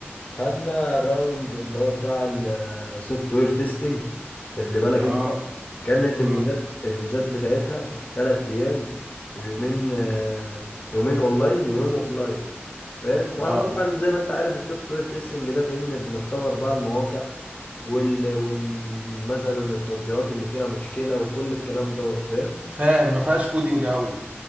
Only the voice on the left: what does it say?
خدنا الراوند اللي هو بتاع السوفت وير تيستنج خد لي بالك
انت كانت
الميزات الميزات بتاعتها تلات ايام ويومين آه، يومين اونلاين ويوم اوفلاين فاهم واحنا
طبعا زي ما انت عارف السوفت وير تيستنج ده فاهمني بنختبر بقى المواقع وال, وال مثلا التطبيقات اللي فيها مشكلة وكل الكلام دوت فاهم